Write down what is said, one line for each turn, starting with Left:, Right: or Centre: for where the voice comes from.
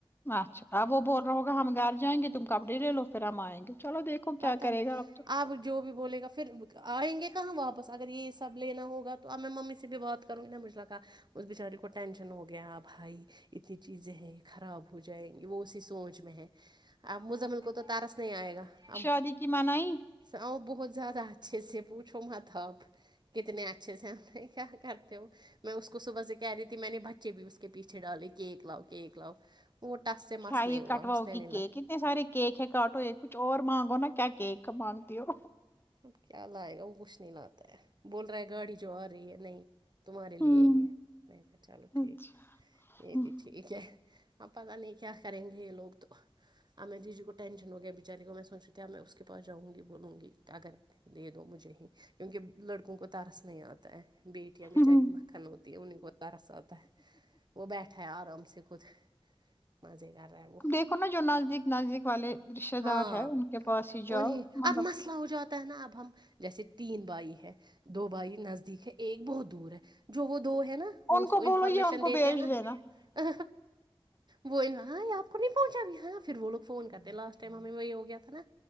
Left: اچھا اب وہ بول رہا ہوگا ہم گھر جائیں گے تم کپڑے لے لو فرم آائیں گے چلو دیکھو
Right: پتا
Left: کیا کرے
Right: نہیں
Left: گا اب تو
Right: آپ جو بھی بولے گا پھر آئیں گے کہاں واپس اگر یہ سب لینا ہوگا تو اب میں ممی سے بھی بات کروں گی نا مجھ ل کہا اس بچاری کو ٹینشن ہو گیا بھائی اتنی چیزیں ہیں خراب ہو جائیں گی وہ اسی سوچ میں ہے اب مزمل کو تو تارس نہیں آئے گا اب
Left: اد کی مانائی
Right: آؤ بہت زیادہچ اچھے سے پوھو متب کتنے اچھے سے ہم کیا کرتے ہو میں اس کو صبح سے کہہ رہی تھی میں نے بچ بچے بھی اس کے پیچھے ڈالے کےک لاؤ کےک لاؤ وہ ٹس سے مس
Left: ہ
Right: نہیں
Left: ہی
Right: ہوا
Left: کٹواؤ
Right: اس نے
Left: گی
Right: نہیں لائے
Left: کیک اتنے سار کیک ہے کٹ ہوئے کچھ اور مانگو نا کیا کیک مانگتی ہو
Right: اب کیا لائے گا وہ کچھ نہیں لاتا تو بول رہے ہیں گاڑی جو آ رہی ہے نہیں تمہارے لیے
Left: ہوں،
Right: یہ ہے میں چلو ٹھیک
Left: اچھا،
Right: ہے یہ
Left: ہوں،
Right: بھی ٹھیک ہے اب پتا نہیں کیا کریں گے یہ لوگ تو ا میںری جی کو ٹینشن ہو گیا بیچاری کو میں سوچ رہی ت اب میں اس کے پاس جاؤں گی بولوں گی اگر دے دو مجھے ہی کیونکہ لڑکوں کو ترس نہیں آتا ہے بیٹیاں بیچاری
Left: ہوں۔
Right: مکھن ہوتی ہے انہیں کوتا رساتتا ہے وہ بی اھ آرام سے خھ مزے کر رہا ہے وہ
Left: دیکھو نا جو نزدیک نزدیک والے رشتے
Right: ہاں
Left: دار ہیں ان کے پاس ہی
Right: انہیں
Left: جاؤ مطلب
Right: اب مسئلہ ہو جاتا ہے نا اب ہم جیسے تین بھائی ہے دو بھائی نزدیک ہے ایک بہت دور ہے جو وہ ہے نا وہ
Left: ان
Right: اس کو
Left: بولو
Right: انفارمیشن
Left: یہ ان کو
Right: دیتے
Left: بھیج
Right: ہیں نا
Left: دینا
Right: وہ ہ آپ نہیں پہنچا بھی ہاں پھر وہ لوگ فون کرتے لاسٹ ٹائم ہمیں وہ ہو گیا تھا نا